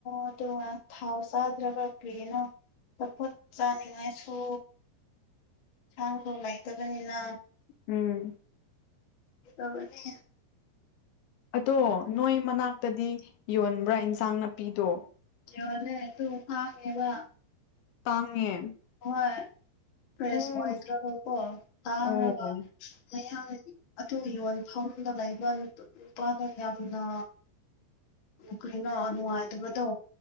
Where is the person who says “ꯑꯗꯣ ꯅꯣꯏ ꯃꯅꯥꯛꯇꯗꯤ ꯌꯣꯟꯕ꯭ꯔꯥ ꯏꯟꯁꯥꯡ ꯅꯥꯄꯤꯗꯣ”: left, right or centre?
Left